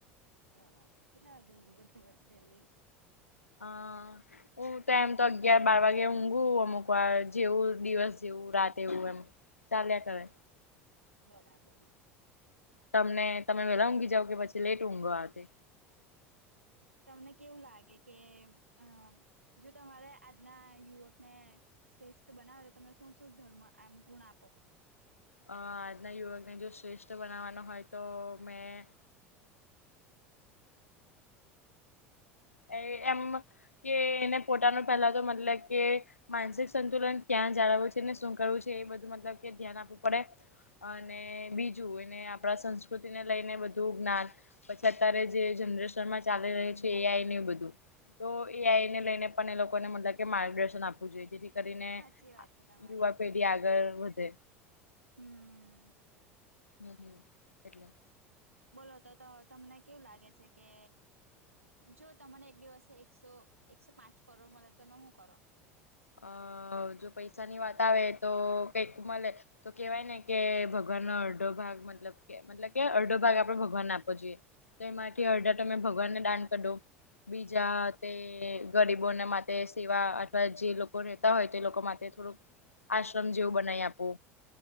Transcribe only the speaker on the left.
હા. હું તો એમ તો અગિયાર બાર વાગે ઊંઘું, અમુક વાર જેવું દિવસ, જેવું રાતે એવું એમ. ચાલીયા કરાય.
તમને તમે વેલા ઊંઘી જાવ કે પછી લેટ ઊંઘો, આ તે?
અ આજના યુવકને જો શ્રેષ્ઠ બનાવવાનો હોય, તો મેં. એ એમ કે, એને પોતાનું પેલા તો મતલબ કે. માનસિક સંતુલન ક્યાં જાળવું છે ને, શું કરવું છે એ બધું, મતલબ કે ધ્યાન આપવું પડે. અને બીજું એને આપણા સંસ્કૃતિને લઈને, બધું જ્ઞાન. પછી અત્યારે જે જનરેશનમાં ચાલી રહી એ આઈ ને એવુ બધું તો એઆઈને લઈને પણ એ લોકોને મતલબ કે માર્ગદર્શન આપવું જોઈએ જેથી કરીને
યુવા પેઢી આગળ વધે
<unintelligible> એટલે
અ જો પૈસાની વાત આવે તો કઈક મલે તો કેવાય ને કે ભગવાનનો અડધો ભાગ મતલબ કે મતલબ કે અડધો ભાગ આપડે ભગવાનને આપો જોએ તો એમાંથી અડધા તમે ભગવાનને દાન કરદવ બીજા તે ગરીબોને માટે સેવા અથવા જે લો કો રહેતા હોય તો એ લોકો માટે થોડુંક આશ્રમ જેવું બનાય આપુ